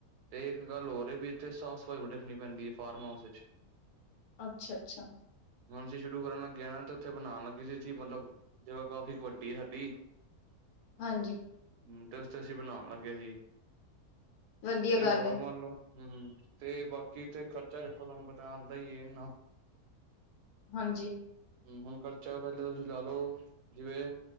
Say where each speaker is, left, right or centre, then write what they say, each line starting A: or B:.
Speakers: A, on the right; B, on the left.
A: ਤੇ ਇੱਕ ਗੱਲ ਹੋਰ ਏ ਵੀ ਇੱਥੇ ਸਾਫ਼ ਸਫ਼ਾਈ ਬੜੀ ਰੱਖਣੀ ਪੈਂਦੀ ਏ, ਫਾਰਮ ਹਾਊਸ ਇਚ।
B: ਅੱਛਾ-ਅੱਛਾ।
A: ਜੇ ਸ਼ੁਰੂ ਕਰਨ ਲੱਗੇ ਆਂ ਤੇ ਓਥੇ ਬਨਾਣ ਲੱਗੇ ਸੀ, ਇਥੇ ਮਤਲਬ ਜਗਾ ਕਾਫੀ ਕ ਵੱਡੀ ਐ ਹਾਡੀ।
B: ਹਾਂਜੀ।
A: ਹਮ ਤੇ ਉਸ ਤੇ ਅਸੀਂ ਬਣਾਣ ਲੱਗੇ ਹੀ।
B: ਵਧੀਆ
A: ਤੇ
B: ਗੱਲ
A: ਹੋਰ
B: ਹੈ
A: ਮੰਨ ਲੋ ਹਮ ਹਮ। ਤੇ ਬਾਕੀ ਇੱਥੇ ਖਰਚਾ ਰੱਖੋ ਤੁਹਾਨੂੰ ਪਤਾ ਆਂਦਾ ਹੀ ਐ ਇੰਨਾ।
B: ਹਾਂਜੀ।
A: ਹਮ ਹਮ, ਹੁਣ ਖਰਚਾ ਪੇਲਾਂ ਤੁਸੀਂ ਲਾਲੋ ਜੇ